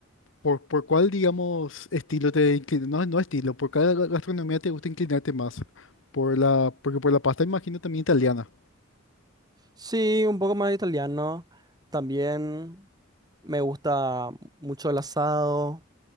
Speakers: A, on the left (about 65°); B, on the right (about 20°).
A: ¿Por, por cuál, digamos, estilo te inclinas? No, no estilo, ¿por cuál gastronomía te gusta inclinarte más? Por la, porque por la pasta imagino también italiana.
B: Sí, un poco más italiano. También me gusta mucho el asado.